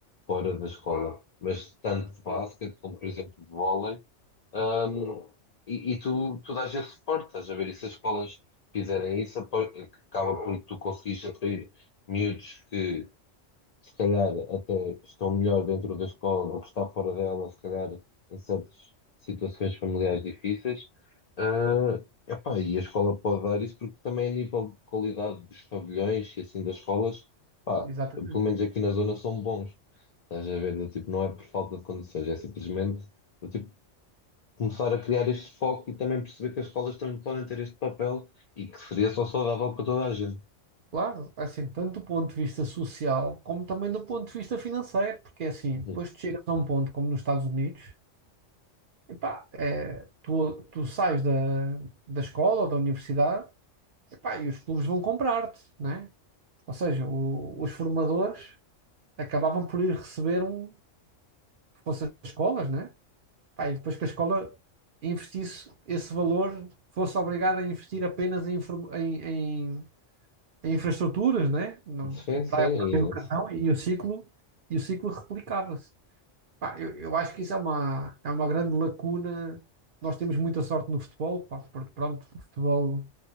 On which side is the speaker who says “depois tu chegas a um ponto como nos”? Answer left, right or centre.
Right